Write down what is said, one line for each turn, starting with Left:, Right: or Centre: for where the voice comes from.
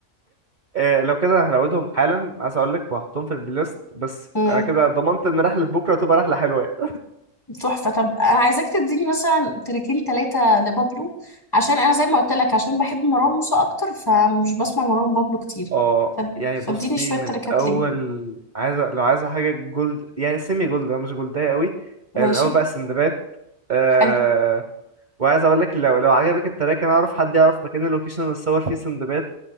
Right: إيه لو كده هلودهم حالا عايز أقول لك وهحطهم في البلاي ليست بس
Left: امم
Right: أنا كده ضمنت إن رحلة بكرة تبقى رحلة حلوة يعني.
Left: تحفة طب أنا عايزاك تديني مثلا تراكين تلاتة لبابلو عشان أنا زي ما قلت لك عشان بحب مروان موسى أكتر فمش بسمع مروان بابلو كتير
Right: اه
Left: ف-
Right: يعني بصي
Left: فاديني شوية
Right: من
Left: تراكات
Right: اول
Left: ليه
Right: عايزه لو عايزه حاجه جولد يعني سيمي جولد أو مش جولدية قوي
Left: ماشي
Right: آه، من اول بقى السندباد أه
Left: حلو
Right: وعايز اقول لك لو لو عجبك التراك انا اعرف حد يعرف مكان اللوكيشن اللي اتصور فيه سندباد